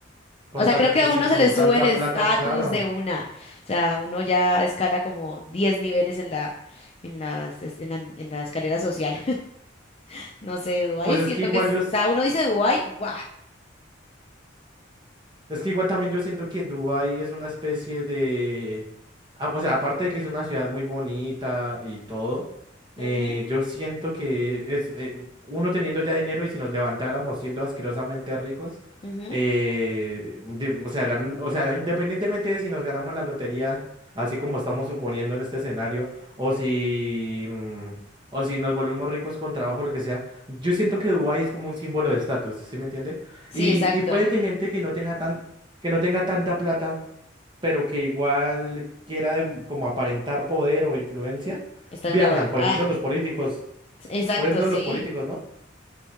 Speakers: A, on the right (about 25°); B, on the left (about 30°).
A: con
B: o sea,
A: tanta,
B: creo que a
A: sí,
B: uno
A: con
B: se le sube
A: tanta
B: el estatus
A: plata, claro.
B: de una. O sea, uno ya escala como 10 niveles en la, en las, es- en la, en la escalera social. <laughs> No sé, Dubái,
A: Pues es
B: siento
A: que igual
B: que, es-
A: yo, es-
B: o sea, uno dice Dubái, guau.
A: Es que igual también yo siento que Dubái es una especie de... a- O sea, aparte de que es una ciudad muy bonita y todo, eh,
B: Ujú,
A: yo siento que es eh, uno teniendo ya dinero y si nos levantáramos siendo asquerosamente ricos,
B: ujú.
A: eh, de- o sea, gan- o sea, independientemente de si nos ganamos la lotería, así como estamos suponiendo en este escenario, o si, mm, o si nos volvemos ricos con trabajo, lo que sea, yo siento que Dubái es como un símbolo de estatus, ¿sí me entiende?
B: Sí,
A: Y,
B: exacto,
A: y puede que gente que no tenga tan, que no tenga tanta plata, pero que igual quiera dem- como aparentar poder o influencia,
B: está
A: viajan.
B: en Dubái.
A: Por
B: Ah,
A: ejemplo, los políticos.
B: <laughs> exacto,
A: Por ejemplo,
B: sí.
A: los políticos, ¿no?